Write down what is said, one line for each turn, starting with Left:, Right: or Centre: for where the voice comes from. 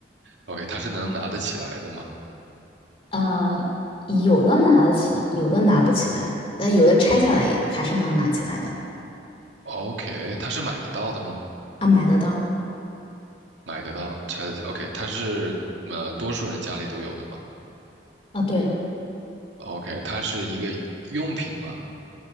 Right: ？OK，它是能拿得起来的吗
Left: 呃，有的拿得起来，有的拿不起来，呃，有的拆下来也还是能拿起来的，
Right: ？OK，它是买得到的吗？
Left: 啊，买得到。
Right: 买得到，拆得起。OK，它是呃多数人家里都有的吗
Left: 啊，对，
Right: ？OK，它是一个用品吗？